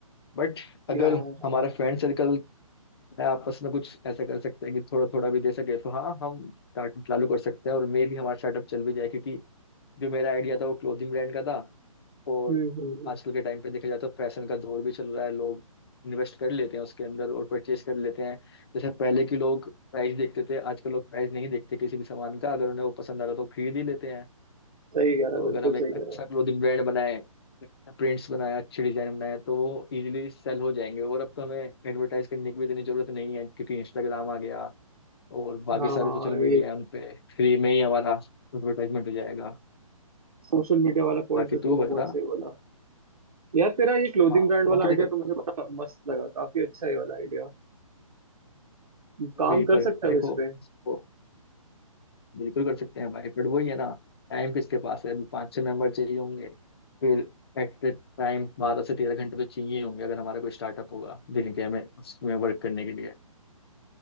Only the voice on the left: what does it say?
बट अगर
हमारा
फ्रेंड सर्कल में आपस में कुछ ऐसा कर सकते हैं कि थोड़ा थोड़ा भी दे सके तो हाँ हम स्टार्टअप चालू कर सकते हैं और मे भी हमारा स्टार्टअप चल भी जाए क्योंकि जो मेरा आइडिया था वो क्लोथिंग ब्रांड का था और
आजकल के टाइम पे देखा जाए तो फैशन का दौर भी चल रहा है लोग इन्वेस्ट कर लेते हैं उसके अंदर और परचेज कर लेते हैं जैसे पहले के लोग प्राइस देखते थे आजकल लोग प्राइस नहीं देखते किसी भी सामान का अगर उन्हें वो पसंद आ रहा तो खरीद ही लेते हैं
तो
अगर हम एक
अच्छा
क्लोथिंग ब्रांड बनाए प्रिंट्स बनाए अच्छे डिजाइन बनाए तो वो इजीली सेल हो जाएंगे और अब तो हमें एडवर्टाइज करने की भी इतनी जरूरत नहीं है क्योंकि इंस्टाग्राम आ गया और बाकी
सारे सोशल मीडिया
है उन पे फ्री में ही हमारा एडवर्टाइजमेंट हो जाएगा
बाकी
तू बता
हाँ
बाकी
देखा
वही
पर
देखो
इसको बिल्कुल कर सकते हैं भाई पर वही है ना टाइम किसके पास है अभी पाँच छह मेंबर चाहिए होंगे फिर एट द टाइम बारह से तेरह घंटे तो चाहिए होंगे अगर हमारा कोई स्टार्टअप होगा दिन के हमें उसमें वर्क करने के लिए